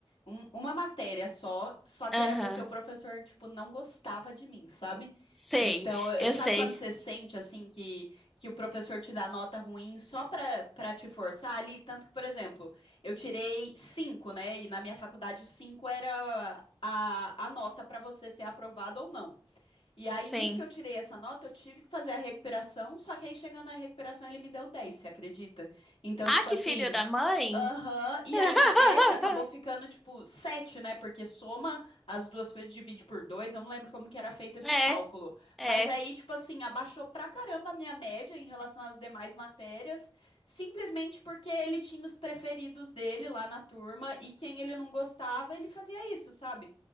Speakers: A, on the left; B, in the centre.
A: um- uma matéria só, só que
B: Aham,
A: era porque o professor, tipo, não gostava de mim, sabe?
B: Sei,
A: Então, eh,
B: eu
A: sabe
B: sei,
A: quando você sente, assim, que, que o professor te dá nota ruim só pra, pra te forçar ali? Tanto que, por exemplo, eu tirei cinco, né? E na minha faculdade, cinco era a, a nota pra você ser aprovado ou não. E aí,
B: sim.
A: nisso que eu tirei essa nota, eu tive que fazer a recuperação, só que aí chegando na recuperação ele me deu 10, você acredita? Então,
B: Ah,
A: tipo
B: que
A: assim,
B: filho da mãe?
A: aham, e
B: <laughs>
A: aí minha média acabou ficando tipo 7, né? Porque soma as duas coisas, divide por 2. eu não lembro como que era feito esse
B: É,
A: cálculo.
B: é.
A: Mas aí, tipo assim, abaixou pra caramba a minha média em relação às demais matérias, simplesmente porque ele tinha os preferidos dele lá na turma e quem ele não gostava, ele fazia isso, sabe?